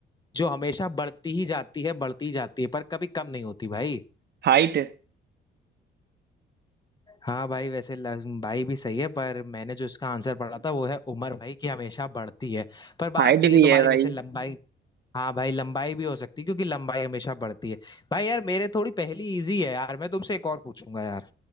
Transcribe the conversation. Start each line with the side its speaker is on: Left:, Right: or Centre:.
Left: जो हमेशा बढ़ती ही जाती है बढ़ती ही जाती है पर कभी कम नहीं होती भाई
Right: हाइट
Left: हाँ भाई वैसे लग- भाई भी सही है पर मैंने जो इसका आंसर पढ़ा था वो है उम्र भाई की हमेशा बढ़ती है पर बात
Right: हाइट
Left: सही
Right: भी
Left: है तुम्हारी
Right: है भाई
Left: वैसे लंबाई हाँ भाई लंबाई भी हो सकती है क्योंकि लंबाई हमेशा बढ़ती है भाई यार मेरे थोड़ी पहली इजी है यार मैं तुमसे एक और पूछूंगा यार